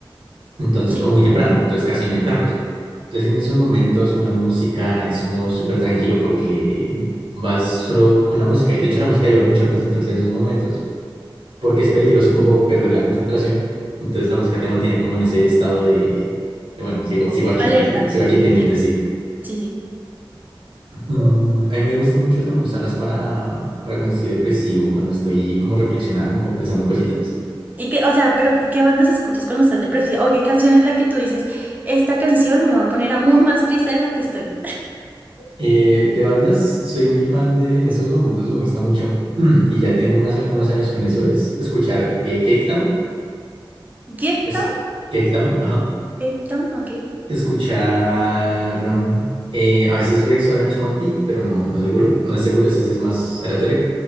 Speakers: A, on the right; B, on the right.
A: Entonces,
B: sí,
A: o muy temprano. Entonces casi no hay carros. Entonces en esos momentos con la música es como súper tranquilo porque vas solo con la música. Y de hecho la música ayuda mucho a concentrarse en esos momentos. porque es peligroso como perder la concentración. Entonces la música te mantiene como en ese estado de, de, bueno, sigo, sigo aquí,
B: alerta.
A: sigo, sigo aquí pendiente,
B: Sí,
A: sí.
B: sí, sí.
A: Mm, a mí me gusta mucho también usarlas para, para cuando estoy depresivo, cuando estoy como reflexionando, como pensando cositas.
B: Y que, o sea, pero ¿qué qué bandas escuchas cuando estás depresiva? ¿O qué canción es la que tú dices, esta canción me va a poner aún más triste de lo que estoy?
A: Eh, de bandas, soy muy fan de, en estos momentos me gusta mucho, <clears throat> y ya tengo unas- unos años con eso, es escuchar eh, Cave Town,
B: Gift
A: es
B: Town,
A: Cave Town, ajá.
B: Gift Town, ok.
A: escuchar eh, a veces Rex Orange County, pero no, no es seguro, no es seguro, ese sí es más aleatorio.